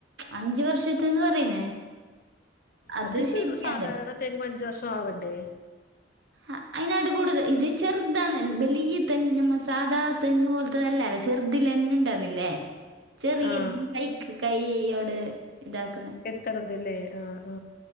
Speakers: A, on the right; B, on the left.
A: അഞ്ചവർഷത്തന്ന് പറയുന്നേ അത്
B: അത്പ്പോ
A: ശരിക്കാന്താ?
B: സാധാരണ തെങ്ങ് അഞ്ചവർഷവണ്ടേ?
A: ആ അയ്നടി കൂടുതൽ ഇത് ചെറുതാന്ന് ബലിയ തെങ്ങ് നമ്മസാദാ തെങ്ങ് പോലത്തെതല്ലല്ല ചെർതിലന്നെ ഇണ്ടാന്നില്ലേ? ചെറിയ
B: ആ
A: കൈക്ക് കൈയ്യോട് ഇതാക്കുന്നെ
B: ചെർതല്ലേ ആഹ്